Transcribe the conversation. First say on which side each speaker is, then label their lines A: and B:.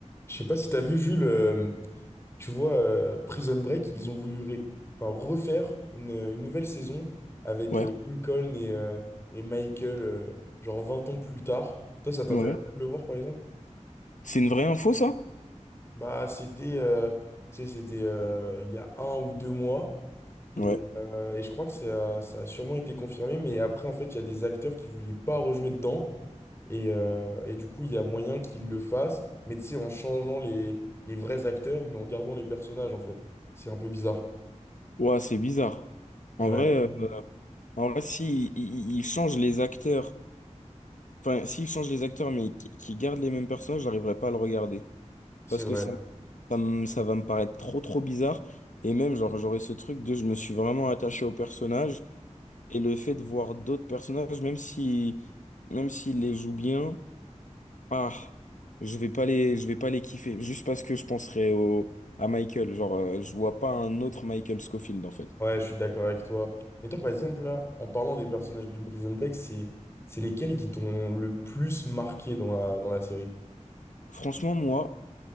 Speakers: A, on the left; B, on the left.
A: Je sais pas si t'as vu, Jules, euh, tu vois, euh, Prison Break, ils ont voulu ré- enfin, refaire une, euh, une nouvelle saison avec
B: Ouais,
A: euh, Lincoln et, euh, et Michael, euh, genre 20 ans plus tard. Toi, ça t'intéresse
B: ouais.
A: de le voir, par exemple?
B: C'est une vraie info, ça?
A: Bah, c'était euh, tu sais, c'était euh, il y a un ou deux mois, et,
B: Ouais.
A: euh, et je crois que ça, ça a sûrement été confirmé, mais après, en fait, il y a des acteurs qui voulaient pas rejouer dedans. Et, euh, et du coup, il y a moyen qu'ils le fassent, mais tu sais, en changeant les, les vrais acteurs, mais en gardant les personnages, en fait. C'est un peu bizarre.
B: Ouais, c'est bizarre.
A: Ouais,
B: En vrai, euh, en vrai, si ils ils changent les acteurs, enfin, s'ils changent les acteurs, mais qui qui gardent les mêmes personnages, j'arriverai pas à le regarder.
A: c'est
B: Parce
A: vrai.
B: que ça, ça, me- ça va me paraître trop, trop bizarre. Et même, genre, j'aurais ce truc de je me suis vraiment attaché au personnage. Et le fait de voir d'autres personnages, même si, même s'ils les jouent bien. Ah, je vais pas les, je vais pas les kiffer, juste parce que je penserai au, à Michael. Genre, euh, je vois pas un autre Michael Scofield, en fait.
A: Ouais, je suis d'accord avec toi. Mais toi, par exemple, là, en parlant des personnages de Prison Break, c'est, c'est lesquels qui t'ont le plus marqué dans la, dans la série?
B: Franchement, moi,